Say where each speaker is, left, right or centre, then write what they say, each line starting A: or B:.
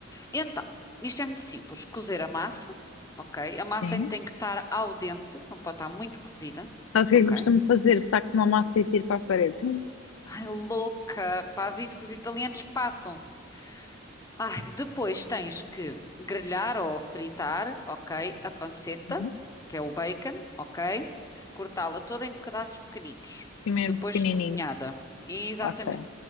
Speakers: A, on the left; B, on the left.
A: Então, isto é muito simples: cozer a massa, ok? A massa
B: Sim.
A: tem que estar ao dente, não pode estar muito cozida,
B: Sabes o que
A: ok?
B: é que eu costumo fazer? Saco uma massa e tiro para a parede.
A: Ai, louca! Faz isso que os italianos passam-se. Ai, depois tens que grelhar ou fritar, ok, a panceta,
B: Sim.
A: que é o bacon, ok? Cortá-la toda em pedaços pequenitos,
B: Sim, mesmo
A: depois
B: pequenininho.
A: de cozinhada. Exatamente,
B: Ok.